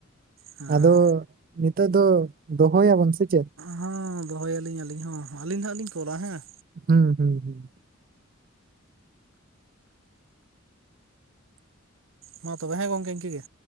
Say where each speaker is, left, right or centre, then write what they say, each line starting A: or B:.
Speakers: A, on the right (about 75°); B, on the right (about 45°).
A: ᱦᱮᱸ
B: ᱟᱫᱚ ᱱᱤᱛᱳᱜ ᱫᱚ ᱫᱚᱦᱚᱭ ᱟᱵᱚᱱ ᱥᱮ ᱪᱮᱫ?
A: ᱦᱚᱸ ᱫᱚᱦᱚᱭ ᱟᱞᱤᱧ ᱟᱹᱞᱤᱧ ᱦᱚᱸ ᱟᱹᱞᱤᱧ ᱱᱟᱦᱟᱜ ᱞᱤᱧ ᱠᱚᱞᱟ ᱦᱮᱸ,
B: ᱦᱩᱸ ᱦᱩᱸ ᱦᱩᱸ᱾
A: ᱢᱟᱸ ᱛᱚᱵᱮ ᱦᱮᱸ ᱜᱚᱢᱠᱮ ᱤᱱᱠᱟ ᱜᱮ᱾